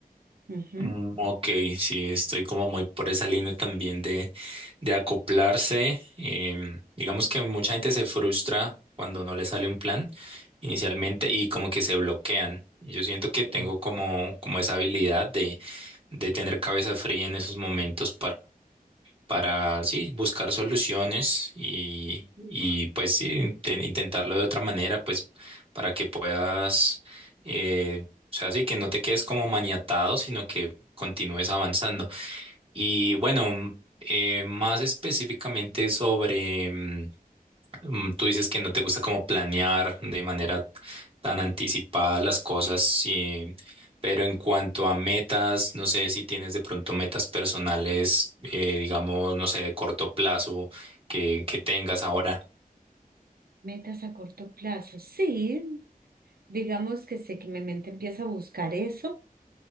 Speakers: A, on the right; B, on the right.
A: Ujú.
B: Mm, Ok, sí, estoy como muy por esa línea también de, de acoplarse. Em, digamos que mucha gente se frustra cuando no le sale un plan inicialmente y como que se bloquean. Y Yo siento que tengo
A: Eh,
B: como, como esa habilidad de, de tener cabeza fría en esos momentos para, sí, buscar soluciones y, y pues sí, inten- intentarlo de otra manera, pues para que puedas, eh, o sea, sí, que no te quedes como maniatado, sino que continúes avanzando. Y bueno, eh, más específicamente sobre... mm, Mm, Tú dices que no te gusta como planear de manera tan anticipada las cosas, sí, pero en cuanto a metas, no sé si tienes de pronto metas personales, eh, digamos, no sé, de corto plazo que, que tengas ahora.
A: Metas a corto plazo, sí. Digamos que sé que mi mente empieza a buscar eso.